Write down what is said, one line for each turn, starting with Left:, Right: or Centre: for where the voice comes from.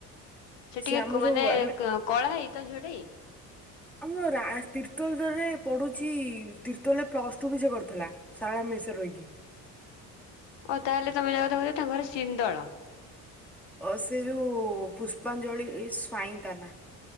Left: ସେ ଟିକେ
Centre: ଆମ
Left: କ-ମାନେ
Centre: ଯୋଉ ଆମେ
Left: କ-କଳା ହେଇ ତ ଝିଅ ଟେ କି?
Centre: ଆମ ରା- ତିର୍ତୋଲଦରେ ପଢୁଛି ତିର୍ତୋଲରେ ପ୍ଲସ୍ ଟୁ ବି ସେ କରଥିଲା। ସାରଳା ମେସ୍ ରେ ରହିକି।
Left: ଓ ତାହେଲେ ତୋମେ ଯା କଥା କହୁଚ, ତା ଘର ସିନ୍ଦଳ।
Centre: ଅ, ସେ ଯୋଉ ପୁଷ୍ପାଞ୍ଜଳି ସ୍ୱାଇଁ ତା ନାଁ।